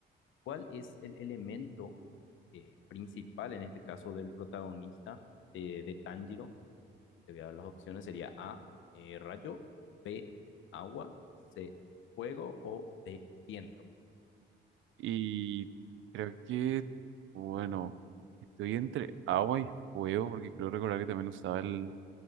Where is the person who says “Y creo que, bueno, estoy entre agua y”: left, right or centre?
Right